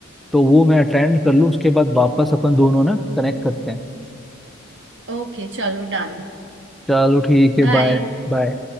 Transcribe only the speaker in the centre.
तो वो मैं अटेंड कर लूँ उसके बाद वापस अपन दोनों ना कनेक्ट करते हैं
चलो ठीक है
बाय बाय